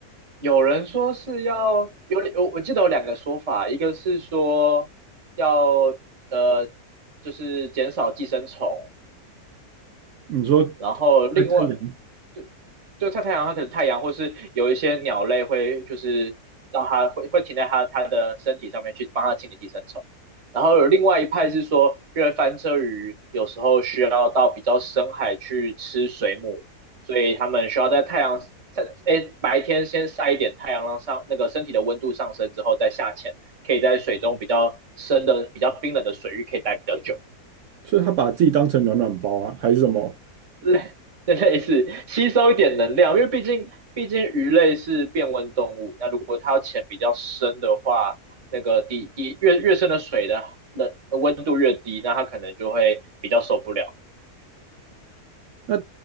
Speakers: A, on the right; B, on the right.
A: 有人说是要有，我我记得有两个说法，一个是说要呃，就是减少寄生虫，
B: 你说
A: 然后另外
B: 晒太阳，
A: 就就晒太阳，它可能太阳或是有一些鸟类会就是让它会会停在它它的身体上面去帮它清理寄生虫。然后有另外一派是说，因为翻车鱼有时候需要到比较深海去吃水母，所以它们需要在太阳晒，诶，白天先晒一点太阳，让上那个身体的温度上升之后再下潜，可以在水中比较深的、比较冰冷的水域可以待比较久。
B: 所以它把自己当成暖暖包啊，还是什么？
A: 类 <laughs> 类似吸收一点能量，因为毕竟毕竟鱼类是变温动物，那如果它要潜比较深的话，那个底底越越深的水的冷温度越低，那它可能就会比较受不了。
B: 那